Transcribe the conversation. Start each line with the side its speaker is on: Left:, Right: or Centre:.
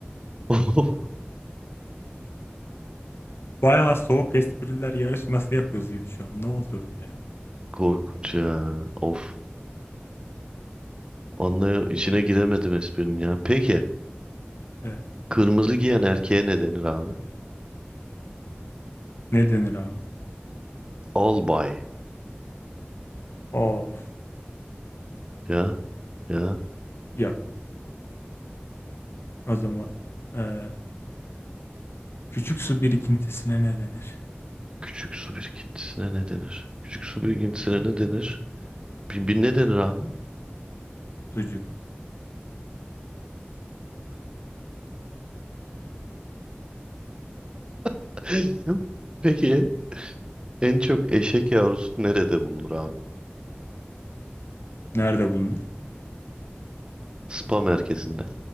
Right: <laughs> Of.
Left: Bayağı soğuk espriler yarışması yapıyoruz gibi şu an. Ne oldu öyle ya?
Right: Korkunç ya. Of. Anlaya içine giremedim esprinin ya. Peki.
Left: Evet.
Right: Kırmızı giyen erkeğe ne denir abi?
Left: Ne denir abi?
Right: Albay.
Left: Of.
Right: Ya. Ya.
Left: Yok. O zaman eee, küçük su birikintisine ne denir?
Right: Küçük su birikintisine ne denir? Küçük su birikintisine ne denir? Bir, bir ne denir abi?
Left: Sucuk.
Right: <laughs> Peki. En çok eşek yavrusu nerede bulunur abi?
Left: Nerede bulunur?
Right: Spa merkezinde.